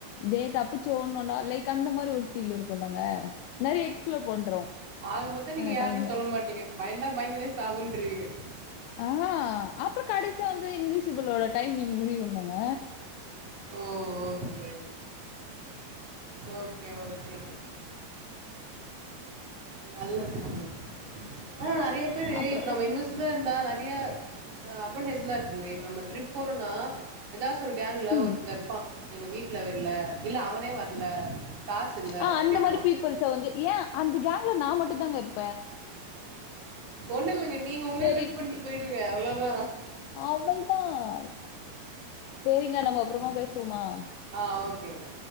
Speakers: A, on the left; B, on the right.
A: டே தப்பிச்சி ஓனு டா லைக் அந்த மாரி ஒரு ஃபீல் இருக்குல்லங்க நெறைய எக்ஸ்ப்ளோர் பண்றோ
B: ஆக மொத்தோ நீங்க
A: அந்த
B: யார்னு
A: டைம்ல.
B: சொல்ல மாட்டீங்க பயந்தா பயந்துனே சாவுண்டுருவிங்க
A: ஆ அப்ற கடசியா வந்து இன்விசிபிளோட டைமிங் முடியுல்லங்க
B: ஓ ஓகே ஓகே ஓகே நல்ல <inaudible> ஆ நெறைய பேரு
A: அப்புறம்
B: இப்ப நம்ம
A: ச
B: இன்விஸிபிளா இருந்தா நெறைய அ அட்வான்டேஜ்லா இருக்குங்க இப்ப நம்ம ட்ரிப் போறனா ஏதாச்சி ஒரு கேங்ல
A: ம்.
B: ஒருத்தருப்பா எங்க வீட்ல விட்ல இல்ல அவனே வர்ல காசு இல்ல
A: ஆ
B: அப்டின்னுவா
A: அந்த மாரி பீபுள்ஸ வந்து ஏ அந்த கேங்ல நா மட்டு தாங்க இருப்
B: ஒண்ணு இல்லங்க நீங்க உங்ளே
A: சரி.
B: லிப்ட் பண்ட்டு போய்டுங்க அவ்ளோதா
A: அவள்தான் சேரிங்க நம்ம அப்புறமா பேசுவமா
B: ஆ ஓகேங்க